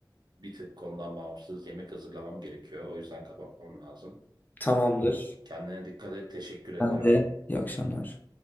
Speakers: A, on the right (about 65°); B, on the left (about 25°).
A: bir tık konudan bağımsız yemek hazırlamam gerekiyor. O yüzden kapatmam lazım.
B: Tamamdır.
A: Kendine dikkat et. Teşekkür ederim.
B: Ben de. İyi akşamlar.